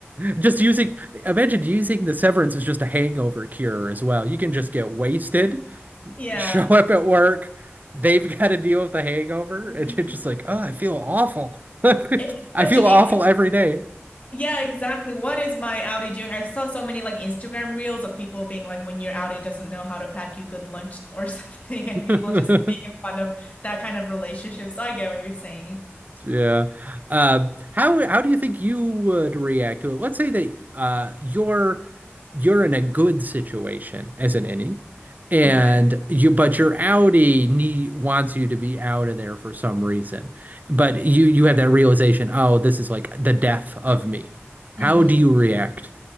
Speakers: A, on the right; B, on the left.
A: just using, imagine using the severance as just a hangover cure as well. You can just get wasted, <laughs>
B: Yeah.
A: show up at work, they've got to deal with the hangover,
B: hmm
A: and you're just like, oh, I feel awful. <laughs>
B: It's
A: I
B: such
A: feel
B: an
A: awful
B: interest.
A: every day.
B: Yeah, exactly. What is my Audi doing? I saw so many like Instagram reels of people being like, when your Audi doesn't know how to pack you good lunch or <laughs> something, and
A: <laughs>
B: people just like making fun of that kind of relationship. So I get what you're saying.
A: Yeah. Uh, how how do you think you would react to it? Let's say that uh, you're you're in a good situation as an innie, and
B: Okay.
A: you but your Audi need, wants you to be out of there for some reason. But
B: Yeah.
A: you you have that realization, oh, this is like the death of me.
B: Mhm.
A: How do you react?